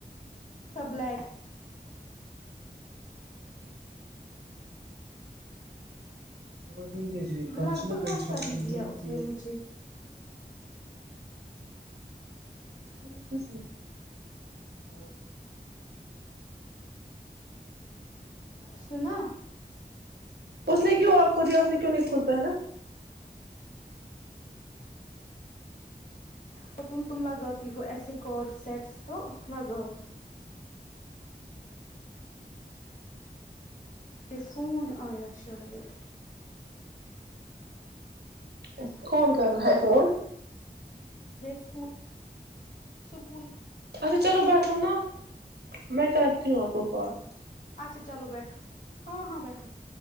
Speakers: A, on the left (about 50°); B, on the right (about 85°).
A: سب لڈ
B: <inaudible> ی کاچلک
A: لگ بھگ ویسا
B: انشاتی
A: ہی دیا
B: جی
A: اس نے مجھے
B: کیا میں س ج <inaudible>
A: سنا
B: <unintelligible> اس نے کیوں آپ کو دیا اس نے کیوں نہیں خود پہنا
A: تو تم تم لگاتی ہو ایسے کارڈ سیٹس تو لگاؤ ہ ہ <inaudible> یہ فون آیا شاید
B: اچ <inaudible> کون کر رہا ہے فون
A: اسکول سکول <unintelligible>
B: اچھا چلو بس <unintelligible> ناا میں کرتی ہوں آپ <inaudible> پوخر <inaudible>
A: اچھا چلو بیٹھو ہاں ہاں بیٹھو <unintelligible>